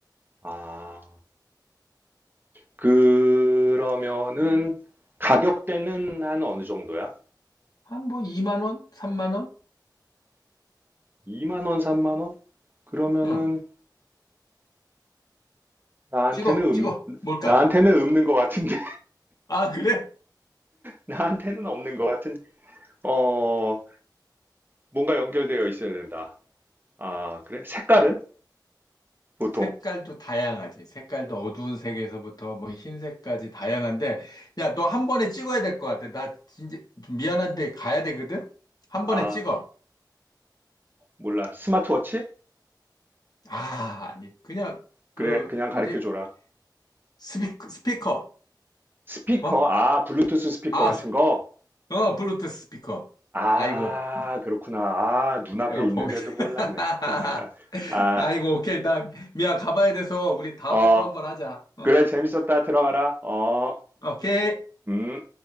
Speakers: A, on the right; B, on the left.
A: 아, 그러면은 가격대는 한 어느 정도야?
B: 한 뭐 2만 원? 3만 원?
A: 2만 원, 3만 원? 그러면은
B: 응.
A: 나한테는
B: 찍어, 찍어.
A: 음,
B: 뭘까?
A: 나한테는 없는 것 같은데.
B: 아, 그래?
A: 나한테는 없는 것 같은데, 어, 뭔가 연결되어 있어야 된다. 아, 그래? 색깔은? 보통?
B: 색깔도 다양하지. 색깔도 어두운 색에서부터 뭐 흰색까지 다양한데, 야, 너 한 번에 찍어야 될 것 같아. 나 진짜 좀 미안한데 가야 되거든? 한
A: 아,
B: 번에 찍어.
A: 몰라. 스마트워치?
B: 아, 아니. 그냥 그,
A: 그래, 그냥 가르쳐
B: 뭐지?
A: 줘라.
B: 스피커, 스피커.
A: 스피커?
B: 어?
A: 아, 블루투스 스피커
B: 아,
A: 같은 거?
B: 어, 블루투스 스피커.
A: 아,
B: 아이고,
A: 그렇구나. 아, 눈앞에
B: 내가
A: 있는데도
B: 범인.
A: 몰랐네.
B: <laughs>
A: <laughs> 아,
B: 아이고, 오케이. 나 미안. 가봐야 돼서 우리 다음에
A: 어,
B: 또 한 번 하자. 어,
A: 그래, 재밌었다. 들어가라. 어,
B: 오케이.
A: 음.